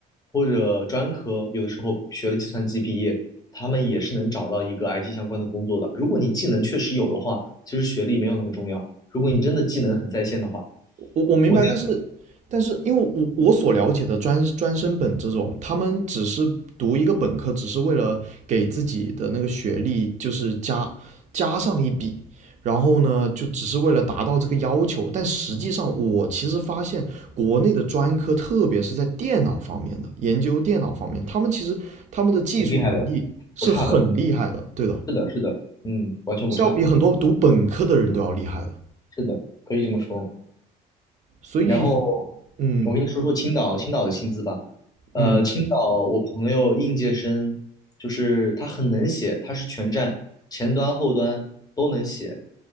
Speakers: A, on the left; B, on the right.
A: 或者专科，有的时候学了计算机毕业，他们也是能找到一个 IT 相关的工作的。如果你技能确实有的话，其实学历没有那么重要。如果你真的技能很在线的话，
B: 我我明白，
A: 我那个
B: 但是但是因为我我所了解的专专升本这种，他们只是读一个本科，只是为了给自己的那个学历就是加加上一笔，然后呢，就只是为了达到这个要求。但实际上，我其实发现国内的专科，特别是在电脑方面的研究电脑方面，他们其实他们的技术能力是很厉害的，
A: 很厉害的，不差的，
B: 对的，
A: 是的，是的，嗯，完全不差。
B: 是要比很多读本科的人都要厉害的。
A: 是的，可以这么说。
B: 所以，
A: 然后
B: 嗯
A: 我跟你说说青岛，青岛的薪资吧。呃，
B: 嗯。
A: 青岛我朋友应届生，就是他很能写，他是全站前端后端都能写，